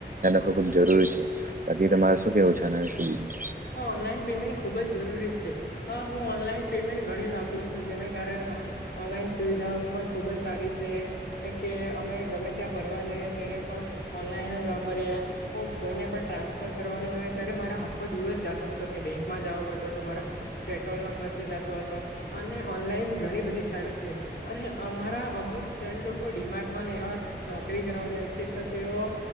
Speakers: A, on the right (about 50°); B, on the left (about 65°).
A: ખબ જરૂરી છે બાકી તમારે શું કેવું છે આના આવે છે બીજું
B: હા ઓનલાઈન પેમેન્ટ ખુબ જ જરૂરી છે, હ હું ઓનલાઈન પેમેન્ટ ઘણી વાપરું છું જેના કારણે ઓનલાઈન સુવિધા પણ ખુબ જ સારી છે કે અમે ગમે ત્યાં ફરવા જઈએ. વાપરી કોઈને પણ ટ્રાન્સફર કરવાનો હોય ત્યારે મારા આખો દિવસ જતો હતો કે બેંકમાં જવો પડતું, મારો પેટ્રોલ નો ખર્ચો જતો હતો અને ઓનલાઈન ઘણી બધી સારું છે અને અમારા અમુક ફ્રેન્ડ લોકો ડીમાર્ટમાંને એવા નોકરી કરવા જાય છે. તેઓ